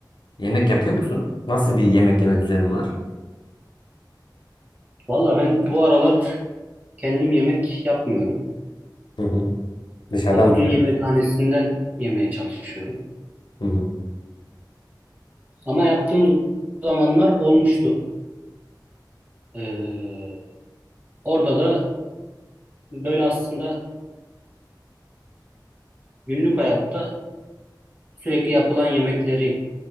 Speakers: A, on the left; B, on the right.
A: yemek yapıyor musun? Nasıl bir yemek yeme düzenin var?
B: Valla ben bu aralar kendim yemek yapmıyorum.
A: Hı hı. Dışarıdan
B: Okulun
A: mı söylüyorsun?
B: yemekhanesinden yemeye çalışıyorum.
A: Hı hı.
B: Ama yaptığım zamanlar olmuştu. Ee, orada da böyle aslında günlük hayatta sürekli yapılan yemekleri